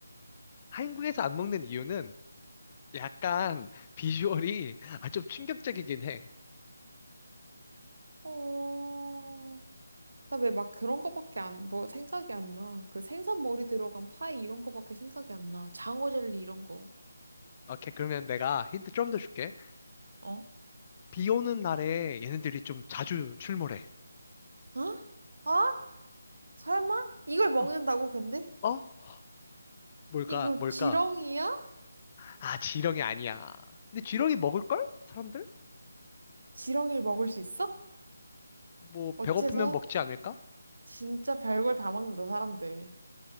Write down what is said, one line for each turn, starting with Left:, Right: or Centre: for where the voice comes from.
Left: 한국에서 안 먹는 이유는 약간 비주얼이 아, 좀 충격적이긴 해.
Right: 어, 나 왜 막 그런 거밖에 안, 뭐 생각이 안 나. 그 생선 머리 들어간 파이 이런 거밖에 생각이 안 나. 장어 젤리 이런 거.
Left: 오케이, 그러면 내가 힌트 좀 더 줄게.
Right: 어?
Left: 비 오는 날에 얘네들이 좀 자주 출몰해.
Right: 어? 어? 설마? 이걸 먹는다고
Left: 어?
Right: 근데?
Left: 어? 뭘까?
Right: 이거
Left: 뭘까?
Right: 지렁이야?
Left: 아, 지렁이 아니야. 근데 지렁이 먹을걸? 사람들?
Right: 지렁이를 먹을 수 있어?
Left: 뭐
Right: 어째서?
Left: 배고프면 먹지 않을까?
Right: 진짜 별걸 다 먹는다 사람들.